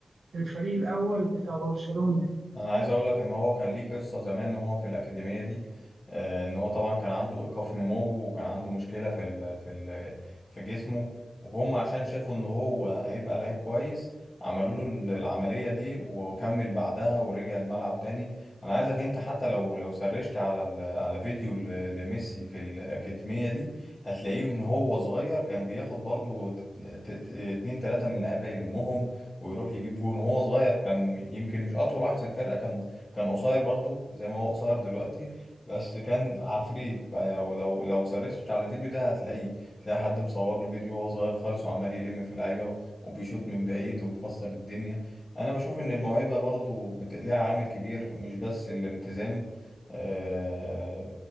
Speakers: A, on the right; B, on the left.
A: للفريق الأول بتاع برشلونة يعني.
B: انا عايز اقول لك ان هو كان ليه قصه زمان وهو في الاكاديميه دي آه، ان هو طبعا كان عنده ايقاف نمو وكان عنده مشكله في ال في ال في جسمه وهم عشان شافوا ان هو هيبقى لعيب كويس عملوا له ال- العمليه دي وكمل بعدها ورجع الملعب تاني انا عايزك انت حتى لو لو سرشت على ال- على فيديو ل- لميسي في الاكاديميه دي هتلاقيه ان هو صغير كان بياخد برضو ت- ت- ت- اتنين تلاته من اللعيبه يلمهم ويروح يجيب جون وهو صغير كان يمكن مش اطول واحد في الفرقه كان كان قصير برضو زي ما هو قصير دلوقتي بس كان عفريت يعني لو لو لو سرشت على الفيديو ده هتلاقيه تلاقي حد مصور له فيديو وهو صغير خالص وعمال يلم في لعيبه وبيشوط من بعيد ومكسر الدنيا انا بشوف ان الموهبه برضو بت- ليها عامل كبير مش بس الالتزام آه،